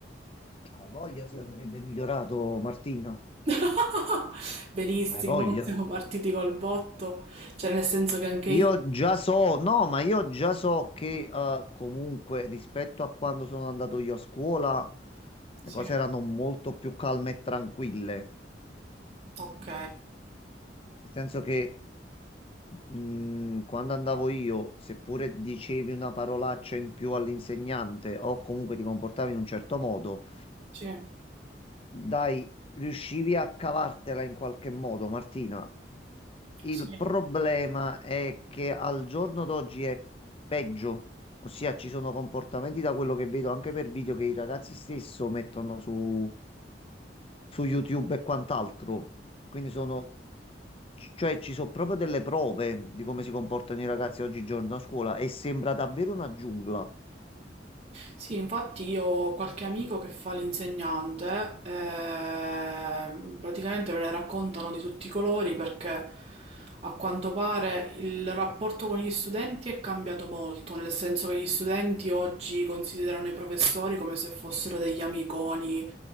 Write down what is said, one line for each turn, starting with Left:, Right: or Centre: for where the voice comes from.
Left: Hai voglia se andrebbe migliorato, Martina?
Right: <laughs> Benissimo,
Left: Hai voglia?
Right: siamo partiti col botto, cioè nel senso che anche
Left: Io
Right: io...
Left: già so, no, ma io già so che eh, comunque rispetto a quando sono andato io a scuola, le
Right: Sì,
Left: cose erano molto più calme e tranquille.
Right: ok,
Left: Nel senso che Mm, quando andavo io, seppure dicevi una parolaccia in più all'insegnante o comunque ti comportavi in un certo modo,
Right: sì,
Left: dai, riuscivi a cavartela in qualche modo, Martina. Il
Right: sì.
Left: problema è che al giorno d'oggi è peggio, ossia ci sono comportamenti da quello che vedo anche per video che i ragazzi stesso mettono su, su YouTube e quant'altro. Quindi sono, cioè ci sono proprio delle prove di come si comportano i ragazzi oggigiorno a scuola e sembra davvero una giungla,
Right: Sì, infatti io ho qualche amico che fa l'insegnante, ehm, praticamente me ne raccontano di tutti i colori perché a quanto pare il rapporto con gli studenti è cambiato molto, nel senso che gli studenti oggi considerano i professori come se fossero degli amiconi,